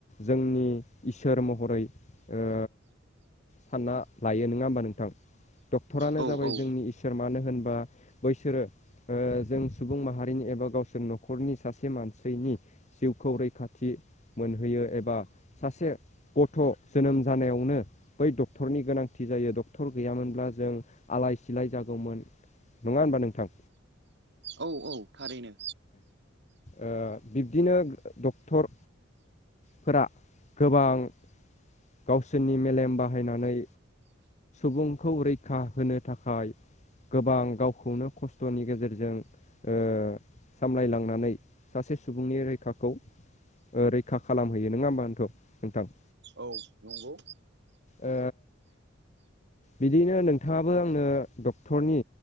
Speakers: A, on the left (about 35°); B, on the right (about 60°).
A: जोंनि इसोर महरै ओ सानना लायो नङा होमबा नोंथां डक्टरानो
B: औ
A: जाबाय
B: औ
A: जोंनि इसोर मानो होनबा बैसोरो ओ जों सुबुं माहारिनि एबा गावसोर न'खरनि सासे मानसिनि जिउखौ रैखाथि मोनहोयो एबा सासे गथ' जोनोम जानायावनो बै डक्टरनि गोनांथि जायो डक्टर गैयामोनब्ला जों आलाय सिलाय जागौमोन। नङा होनबा नोंथां?
B: औ औ थारैनो
A: औ बिब्दिनो डक्टर फोर गोबां गावसोरनि मेलेम बाहायनानै जोंखौ रैखा होनो थाखाय गोबां गावखौनो खस्थ'नि गेजेरजों ओ सामलायलांनानै सासे सुबुंनि रैखाखौ रैखा खालामहैयो नङा होमबानोथ' नोंथां?
B: औ नंगौ
A: ओ बिदिनो नोंथाङाबो आंनो डक्टरनि